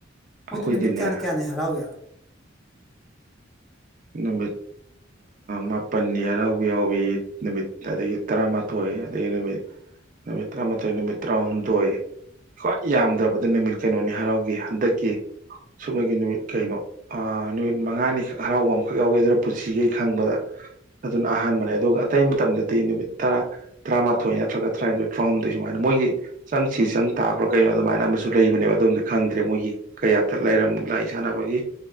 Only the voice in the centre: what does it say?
ꯃꯣꯏꯗꯤ
ꯅꯨꯃꯤꯠ ꯀꯌꯥꯅꯤ ꯀꯌꯥꯅꯤ ꯍꯔꯥꯎꯋꯦ